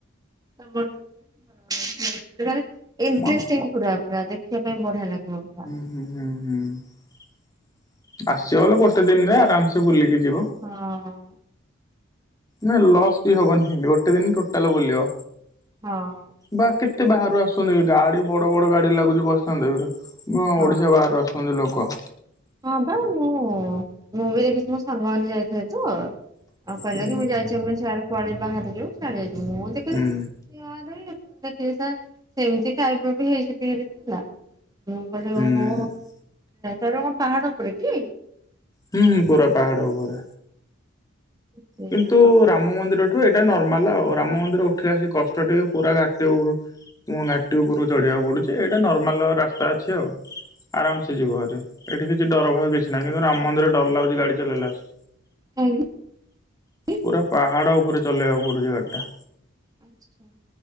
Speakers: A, on the right; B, on the left.
A: ଆଡ଼େ ଇଣ୍ଟ୍ରେଷ୍ଟିଙ୍ଗ
B: ହୁଁ
A: ପୁରା ପୁରା ଦେଖିବା ପାଇଁ ବଢ଼ିଆ ଲାଗିବ ପୁରା।
B: ହୁଁ, ହୁଁ, ହୁଁ ଆସିବ ବୋଲେ ଗୋଟେ ଦିନରେ ଆରାମସେ ବୁଲିକି ଯିବ।
A: ହଁ।
B: ନା ଲସ୍ ବି ହବନି, ସେମିତି ଗୋଟେ ଦିନ ଟୋଟାଲ ବୁଲିବ।
A: ହଁ।
B: ବା କେତେ ବାହାରୁ ଆସଛନ୍ତି ଗାଡ଼ି ବଡ଼ ବଡ ଗାଡ଼ି ଲାଗୁଛି ବୈଷ୍ଣବୀ ଦେବୀରେ। ଏବଂ
A: ହଁ
B: ଓଡ଼ିଶା ବାହାରୁ ଆସଛନ୍ତି ଲୋକ।
A: ହଁ ବା ମୁଁ, ମୁଁ ବି ଦେଖଛି ମୋ ସାଙ୍ଗମାନେ ଯାଇଥିଲେ ତ। ଆଉ କହିଲା
B: ହୁଁ
A: କି ମୁଁ ଯାଇଛି ଏପଟେ ବାହାରେ ଯିବୁ ସିଆଡ଼େ ଯିବୁ ମୁଁ ଦେଖିଲି।
B: ହୁଁ ହୁଁ
A: ଦେଖି ସେମିତି ଟାଇପ୍ ବି ହେଇଛି ପ୍ଲେସ ହେଲା। ମୁଁ କହିଲି
B: ହୁଁ
A: ଓହୋ, କଣ ପାହାଡ଼ ଉପରେ କି?
B: ହୁଁ, ହୁଁ ପୁରା ପାହାଡ଼ ଉପରେ।
A: ସେଇଆ
B: କିନ୍ତୁ
A: ଆଉ
B: ରାମ ମନ୍ଦିର ଠୁ ଏଇଟା ନର୍ମାଲ ଆଉ। ରାମ ମନ୍ଦିର ଉଠିକି ଆସି କଷ୍ଟ ଟିକେ ପୁରା ଘାଟି ଉଠ ମୁଁ ଘାଟି ଉପରୁ ଚଢ଼ିବାକୁ ପଡୁଛି ଏଇଟା ନର୍ମାଲ ରାସ୍ତା ଅଛି ଆଉ। ଆରାମ ସେ ଯିବ ହେରି। ଏଠି କିଛି ଡ଼ର ଭୟ କିଛି ନାହିଁ। କିନ୍ତୁ ରାମ ମନ୍ଦିର ଡ଼ର ଲାଗୁଛି ଗାଡ଼ି ଚଲେଇଲାବେଳେ।
A: କାହିଁକି?
B: ପୁରା ପାହାଡ଼ ଉପରେ ଚଲେଇବାକୁ ପଡୁଛି ଗାଡ଼ି ଟା।
A: ଆଚ୍ଛା।